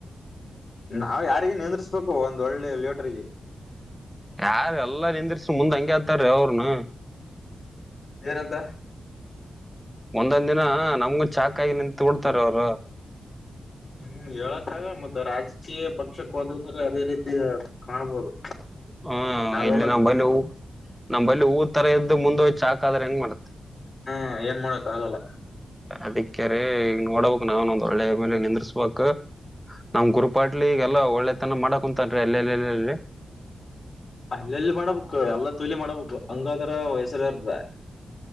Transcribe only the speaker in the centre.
ಯಾರ್ ಎಲ್ಲ ನಿಂದ್ರಿಸ್ ಮುಂದ್ ಹಂಗೆ ಹತಾರೀ ಅವ್ರನ.
ಮುಂದೊಂದಿನ ನಮ್ಗು ಚಾಕಾಗಿ ನಿಂತ್ ಬುಡ್ತರಿ ಅವ್ರು.
ಹಾ
ಇಲ್ಲಿ ನಂಬಲ್ಲಿ ಹೂ ನಂಬಲ್ಲಿ ಹೂ ತರ ಇದ್ದು ಮುಂದೋಗ್ ಚಾಕಾದ್ರೆ ಹೆಂಗ್ ಮಾಡ್ತಿ.
ಅದಕ್ಕೆ ರೀ ಇಗ್ ನೋಡಬಕ್ ನಾನು ಒಂದ್ ಒಳ್ಳೆ ಎಂ ಎಲ್ ಎ ನಿಂದ್ರುಸ್ಬಕು. ನಮ್ ಗುರುಪಾಟ್ಲಿ ಈಗೆಲ್ಲ ಒಳ್ಳೆತನ ಮಾಡಕುಂತನ್ರೀ ಅಲ್ಲೆ ಲೇ ಲಿ.